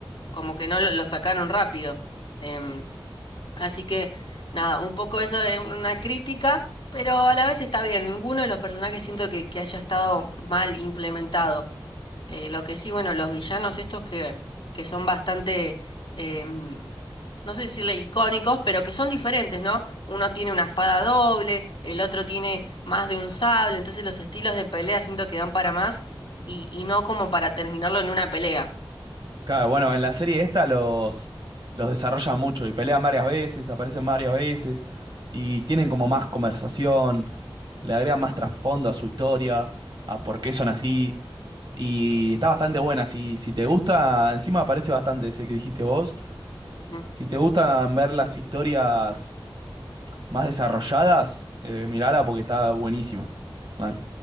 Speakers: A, on the left; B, on the right.
A: como que no lo, lo sacaron rápido. Em, así que, nada, un poco eso es una crítica, pero a la vez está bien. Ninguno de los personajes siento que, que haya estado mal implementado. Eh, lo que sí, bueno, los villanos estos que, que son bastante, em, no sé decirle icónicos, pero que son diferentes, ¿no? Uno tiene una espada doble, el otro tiene más de un sable, entonces los estilos de pelea siento que dan para más y, y no como para terminarlo en una pelea.
B: Claro, bueno, en la serie esta los, los desarrollan mucho y pelean varias veces, aparecen varias veces y tienen como más conversación. le agrega más trasfondo a su historia, a por qué son así. Y está bastante buena. Si, si te gusta, encima aparece bastante ese que dijiste vos.
A: Mm.
B: Si te gustan ver las historias más desarrolladas, eh, mirala porque está buenísima. Mal.